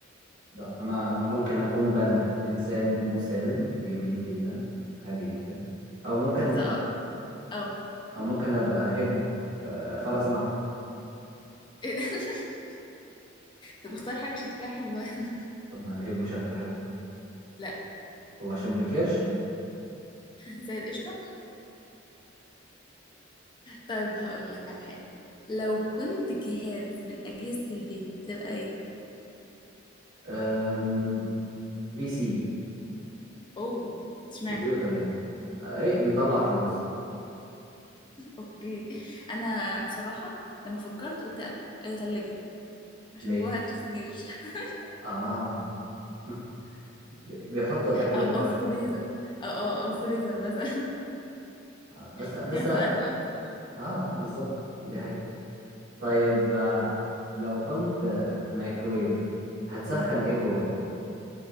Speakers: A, on the right; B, on the left.
A: لا انا انا ممكن اكون باندا انسان مسالم جميل جدا عادي جدا او ممكن
B: طب ده اه اه
A: او
B: قول
A: ممكن ابقى هبو آه فرس نهر
B: إيه ده؟ <laughs> طب اختار حاجة شكلها حلو <laughs>
A: طب ما الهبو شكله حلو
B: لا
A: هو عشان بكرش
B: زي القشطة طيب هقول لك على حاجة لو كنت جهاز من أجهزة البيت تبقى ايه
A: ايوه بي سي
B: اوه اشمعنى
A: كمبيوتر يعني آه، ايه بيطلع فلوس
B: اوكي انا بصراحة لما فكرت قلت أكل آه، تلاجة عشان
A: ليه
B: جواها اكل كتير <laughs>
A: اه <laughs> بيحطوا الاكل
B: او او
A: جواك
B: فريزر او او او فريزر مثلا
A: آه بس
B: <laughs>
A: بس
B: بياخد اكل اكتر
A: اه بالظبط دي حقيقة طيب آه لو كنت آه، مايكرويف هتسخن
B: امم
A: ايه جواك